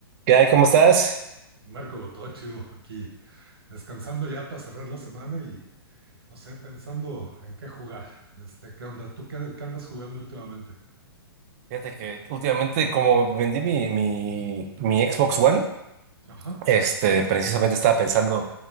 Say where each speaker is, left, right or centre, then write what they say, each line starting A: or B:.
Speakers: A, on the right; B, on the right.
A: ¿Qué hay? ¿Cómo estás?
B: Marco, todo chido aquí, descansando ya para cerrar la semana y no sé, pensando en qué jugar. Este, ¿qué onda? ¿Tú qué, qué andas jugando últimamente?
A: Fíjate que últimamente, como vendí mi, mi, mi Xbox One,
B: Ajá.
A: este, precisamente estaba pensando